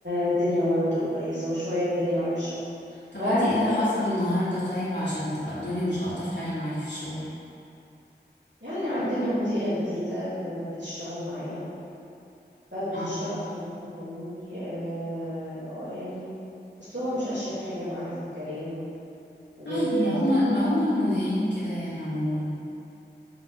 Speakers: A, on the right; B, on the left.
A: الدنيا برضه كويسة وشوية الدنيا وحشة
B: طب
A: وهكذا
B: انتي ايه اللي حصل
A: يعني
B: النهاردة طيب عشان تبقى الدنيا مش الطف حاجة معاكي في الشغل
A: يعني عندنا مديرة جديدة كانت بتشتغل معانا فبتشتغل
B: اه
A: في مكان تاني آه آه، يعني أسلوبها مش أشيك حاجة معانا في الكلام وطريقة
B: عادي هما هما المديرين كده يعني عموما